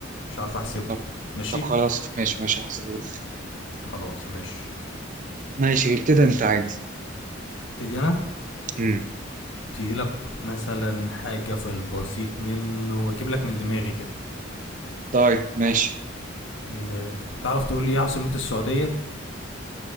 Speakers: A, on the left; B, on the right.
A: مش عارف احسبه
B: طب
A: ماشي
B: طب خلاص ماشي ماشي هحسبهولك
A: خلاص ماشي
B: ماشي ابتدي انت عادي
A: هبتدي انا
B: امم
A: ابتدي لك مثلا حاجة في البسيط منه واجيب لك من دماغي كده
B: طيب ماشي
A: إيه. تعرف تقول لي ايه عاصمة السعودية